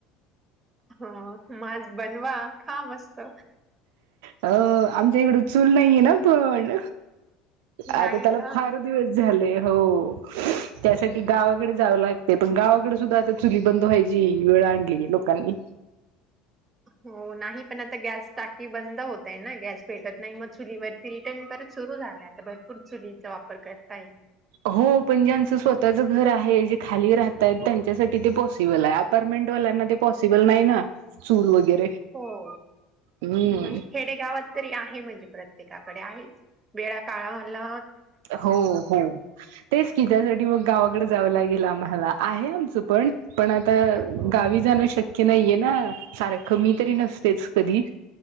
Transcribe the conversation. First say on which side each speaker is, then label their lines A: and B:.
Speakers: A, on the right; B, on the right.
A: हो म आज बनवा खा मस्त.
B: अ आमच्या इकडं चूल नाहीये ना पण!
A: नाही
B: आता त्याला
A: का
B: फार दिवस झाले हो. त्यासाठी गावाकडे जाऊ लाग ते पण गावाकडे सुद्धा आता चुली बंद व्हायची वेळ आणली लोकांनी.
A: हो नाही पण आता गॅस टाकी बंद होतय ना गॅस भेटत नाही मग चुलीवरती रिटर्न सुरू झालं आता भरपूर चुलीचा वापर करता य.
B: हो पण जे आचं स्वतःच घर आहे जे खाली राहत त्यांच्यासाठी ते पॉसिबल आहे अपमें आपरमेंट वाल्यांना ते पॉसिबल नाही ना चूल वगैरे.
A: हो
B: हम्म
A: नाही खेडेगावात तरी आहे म्हणजे प्रत्येकाकडे आहेच वेळ काळामला
B: हो हो तेच की त्यासाठी मग गावाकडे जावं लागेल आम्हाला. आहे आमचं पण पण आता
A: हो
B: गावी जाणं शक्य की नाहीये ना सार कमी तरी नसतेच कधी